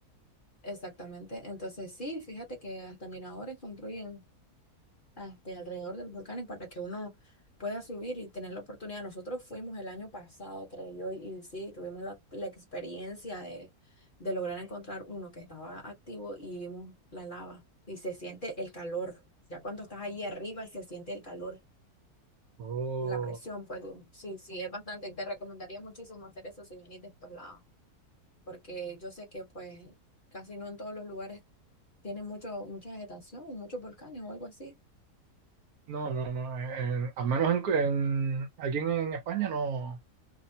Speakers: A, on the left; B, on the right.
A: exactamente. Entonces sí, fíjate que hasta miradores construyen. este, alrededor de los volcanes para que uno pueda subir y tener la oportunidad. Nosotros fuimos el año pasado, creo yo, y sí, tuvimos la, la experiencia de, de lograr encontrar uno que estaba activo y vimos la lava y se siente el calor. Ya cuando estás ahí arriba se siente el calor,
B: Oh,
A: la presión, pues de- sí, sí, es bastante. Te recomendaría muchísimo hacer eso si venís de estos lados, porque yo sé que pues casi no en todos los lugares tienen mucho, mucha vegetación, muchos volcanes o algo así.
B: no, no, no. en- en- al menos en, en- aquí en, en España no.